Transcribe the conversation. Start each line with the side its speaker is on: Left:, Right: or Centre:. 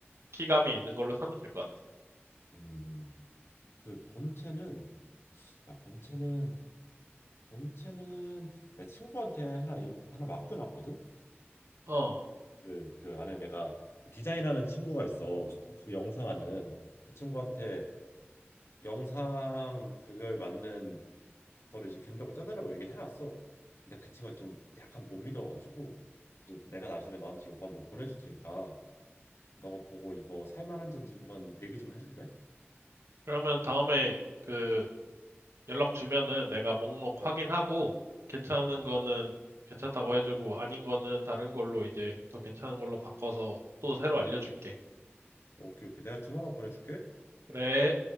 Right: 키감이 있는 걸로 사면 될 것 같아.
Left: 음, 그 본체는 야 본체는 본체는 내 친구한테 하나 일- 하나 맡겨놨거든.
Right: 어,
Left: 그 그 안에 내가 디자인하는 친구가 있어. 그 영상하는 그 친구한테 영상 그걸 맞는 거를 이제 견적을 짜달라고 얘기를 해놨어. 근데 그 친구가 좀 약간 못 믿어가지고 그래서 내가 나중에 너한테 요거 한번 보내줄 테니까 너가 보고 이거 살만한 잔지 한번 얘기 좀 해줄래?
Right: 그러면 다음에 그 연락 주면은 내가 목록
Left: 응,
Right: 확인하고 괜찮은
Left: 응.
Right: 거는 괜찮다고 해주고 아닌 거는 다른 걸로 이제 더 괜찮은 걸로 바꿔서 또 새로 알려줄게.
Left: 오케이, 오케이. 내가 조만간 보내줄게.
Right: 그래.